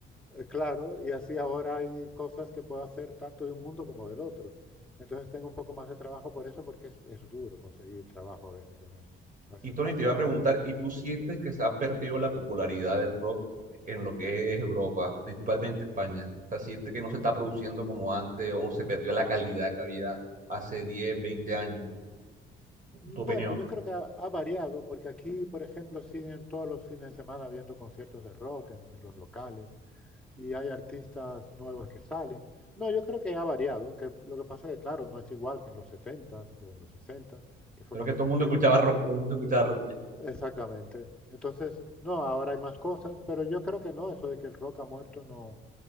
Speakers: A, in the centre; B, on the right.
A: eh, claro, y así ahora hay cosas que puedo hacer tanto de un mundo como del otro. Entonces tengo un poco más de trabajo por eso, porque es, es duro conseguir trabajo a veces en esto. A veces
B: Y Tony,
A: pasa...
B: te iba a preguntar, ¿y tú sientes que se ha perdido la popularidad del rock en lo que es Europa, principalmente España? O sea, ¿sientes que no se está produciendo como antes o se perdió la calidad que había hace 10, 20 años?
A: mm,
B: ¿Tu opinión?
A: Bueno, yo creo que ha, ha variado, porque aquí, por ejemplo, siguen todos los fines de semana viendo conciertos de rock en, en los locales y hay artistas nuevos que salen. No, yo creo que ha variado, que lo que pasa es que, claro, no es igual que en los setentas o en los sesentas que fue
B: Creo
A: cuando
B: que todo
A: surgió.
B: el mundo escuchaba rock, todo el mundo escuchaba rock.
A: Exactamente. Entonces, no, ahora hay más cosas, pero yo creo que no, eso de que el rock ha muerto no,